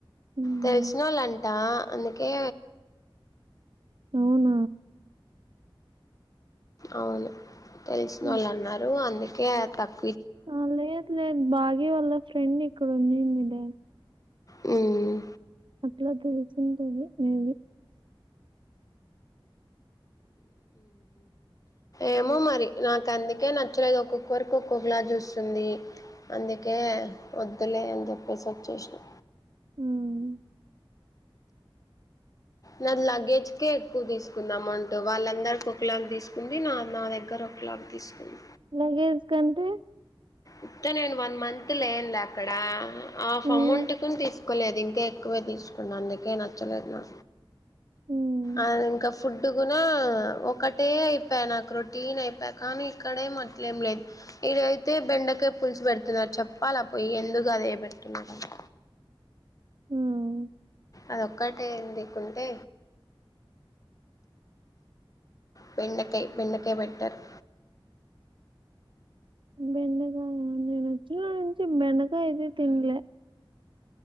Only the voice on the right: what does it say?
హ్మ్.
మ్మ్
హ్మ్.
ఆ లేద్ లేద్ బాగే వాళ్ళ ఫ్రెండ్ ఇక్కడ ఉన్నింది డే
అట్లా తెలిసింటంది మేబీ
హ్మ్
లగేజ్ కంటే
హ్మ్,
హ్మ్,
హ్మ్
బెండకాయ నేను వచ్చనవునుంచి బెండకాయ అయితే తినలే